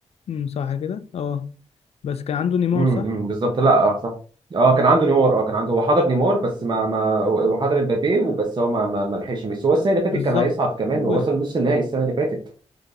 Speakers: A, on the left; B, on the right.
A: مم، صح كده اه بس كان عنده نيمار
B: امم
A: صح
B: أمم، بالظبط لا اه صح اه كان عنده نيمار اه كان عنده هو حضر نيمار بس ما ما هو حضر امبابي وبس هو ما ما ما لحقش ميسي هو السنه اللي فاتت
A: بالظبط
B: كان هيصعد كمان
A: و-
B: هو وصل نص النهائي السنه اللي فاتت